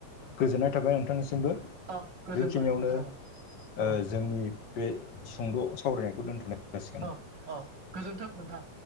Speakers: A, on the left; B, on the right.
A: गोजोननाय थाबाय नोंथांनिसिमबो।
B: औ गोजोनबाय
A: बेखिनियावनो
B: नोंथां औ
A: ओज जोंनि बे सुंद' सावरायनायखौ दोनथ'नाय जासिगोन
B: औ औ गोजोन्थों नोंथां।